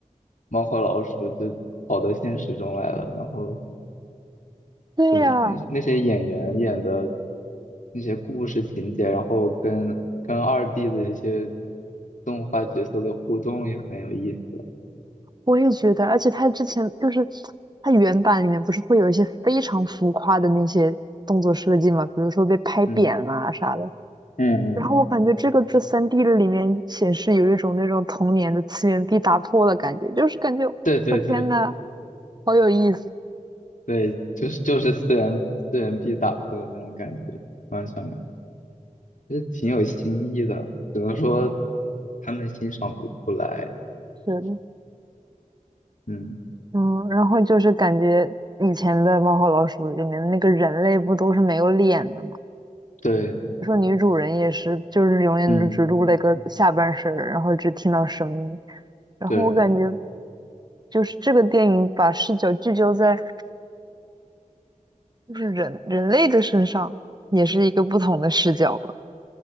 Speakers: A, on the left; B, on the right.
A: 猫和老鼠就跑到现实中来了，然后
B: 对呀、
A: 怎么那些那些演员演的那些故事情节，然后跟跟二 D 的一些动画角色的互动也很有意思。
B: 我也觉得，而且他之前就是他原版里面不是会有一些非常浮夸的那些动作设计嘛，比如说被拍扁啊啥的。
A: 嗯，嗯嗯，
B: 然后我感觉这个在三 d 的里面显示有一种那种童年的次元壁打破的感觉，就是感觉我天呐，
A: 对对对
B: 好有意思。
A: 对，就是就是四元四元壁打破的那种感觉，完全的，有，其实挺有新意的，只能说他们欣赏不出来。
B: 是
A: 嗯，
B: 嗯，然后就是感觉以前的《猫和老鼠》里面的那个人类不都是没有脸的嘛，
A: 对，
B: 说女主人也是，就是永远就只录了一个下半身儿然后只听到声音。
A: 嗯
B: 然后我感觉
A: 对，
B: 就是这个电影把视角聚焦在就是人人类的身上，也是一个不同的视角吧。